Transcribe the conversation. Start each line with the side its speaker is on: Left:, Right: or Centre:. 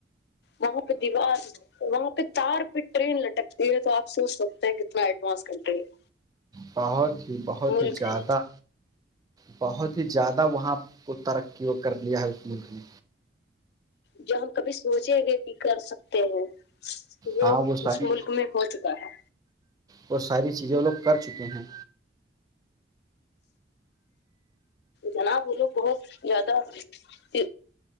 Left: وہاں پہ دیوار وہاں پہ تار پ ٹرین لٹکتی ہے تو آپ سوچ سکتے کتنا ایڈوانس کنٹری ہے
Right: بہت ہی بہت
Left: ملک
Right: ہی زیادہ
Left: ہے
Right: بہت ہی زیادہ وہاں کو ترقی کر لیا ہے اس ملک نے
Left: جو ہم کبھی سوچیں گے کہ کر سکتے ہیں وہ
Right: ہاں ساری
Left: اس ملک میں ہو چکا ہے
Right: وہ ساری چیزیں لوگ کر چکے ہیں
Left: جناب وہ لوگ بہت زیادہ ا